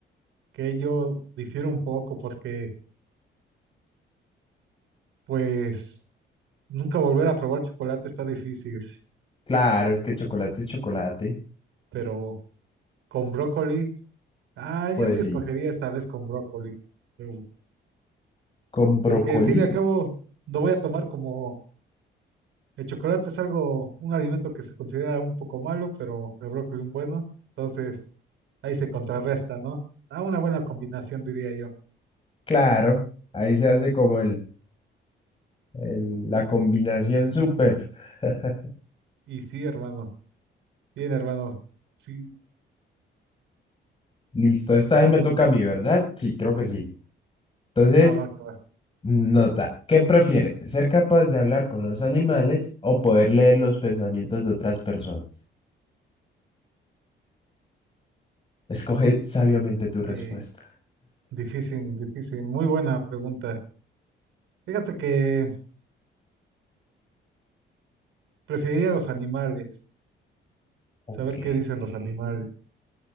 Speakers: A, on the right; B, on the left.
A: que yo difiero un poco porque, pues, nunca volver a probar chocolate está difícil,
B: Claro, es que chocolate es chocolate.
A: pero... con brócoli. Ah, yo
B: Pues
A: sí
B: sí,
A: escogería esta vez con brócoli. eh,
B: con brócoli.
A: Porque, en fin y al cabo, lo voy a tomar como el chocolate es algo, un alimento que se considera un poco malo, pero el brócoli un bueno. Entonces, ahí se contrarresta, ¿no? Ah, una buena combinación, diría yo.
B: Claro, ahí se hace como el, el- la combinación súper. <laughs>
A: Y sí, hermano. Bien, hermano. Sí,
B: Listo, esta vez me toca a mí, ¿verdad? Sí, creo que sí. Entonces,
A: ah, va, que va.
B: Nota, ¿qué prefiere? ¿Ser capaz de hablar con los animales o poder leer los pensamientos de otras personas? Escoge sabiamente tu respuesta.
A: Sí, difícil, difícil. Muy buena pregunta. Fíjate que preferiría los animales,
B: Ok,
A: saber qué dicen los animales.